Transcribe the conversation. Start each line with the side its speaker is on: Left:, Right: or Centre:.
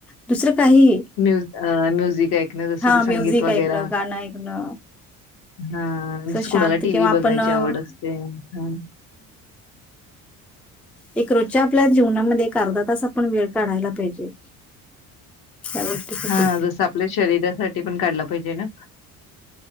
Centre: दुसरं काही
Left: म म्युझिक ऐकणे. जसं
Centre: हा
Left: की
Centre: म्युझिक
Left: संगीत वगैरा.
Centre: ऐकणं गाणं ऐकणं
Left: हा
Centre: असं शांत
Left: कुणाला टी.
Centre: किंवा
Left: व्ही
Centre: आपण
Left: बघायची
Centre: हम्म
Left: आवड असते. हा.
Centre: एक. रोजच्या आपल्या जीवनामध्ये. एक अर्धा तास. आपण वेळ काढायला पाहिजे. त्या गोष्टीसाठी
Left: हा जसं आपल्या शरीरासाठी पण काढलं पाहिजे ना?